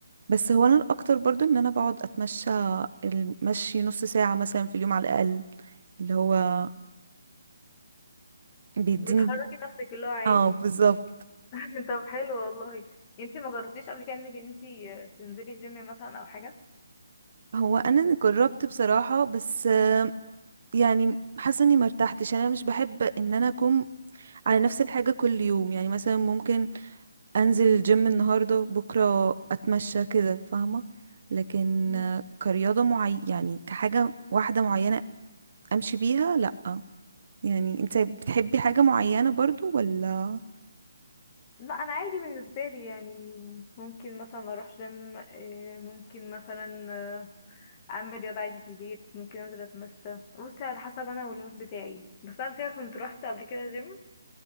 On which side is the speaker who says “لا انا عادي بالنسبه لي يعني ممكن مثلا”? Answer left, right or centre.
Left